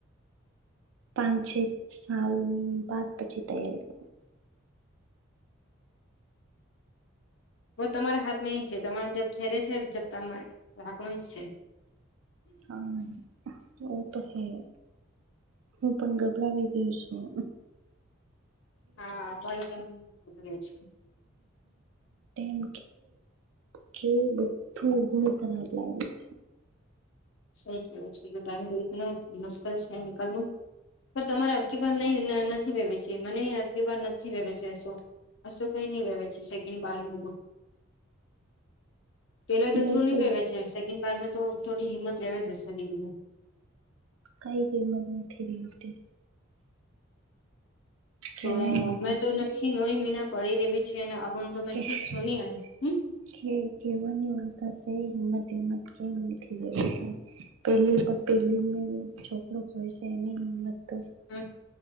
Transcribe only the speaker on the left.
બ તમારા હાથ છે, તમારે જબ ઠેરે છે જબ તમામે રાખનું જ છે.
હા બળ તમ જ.
સઈ કેવું છે, એ ટાઈમ તોતને મુશ્કલ છે, નીકળવ. પણ તમારા અકીબાર નહી નથી વેવે છે, મને અકીબાર નથી વેવે છે. શું? અશું કઈ નહી વેવે છે સેકન્ડ બાર ન તો પેલો
જતરું
નહી વેવે છે, સેકન્ડ બારમાં તો થોડી હિંમત લે છે, શરીર
તો
મેં તો
નથી નોઇ મહિના પડી દેવી છે, અને તો
મેં
ઠીક છું નહી અણી હમ
હમ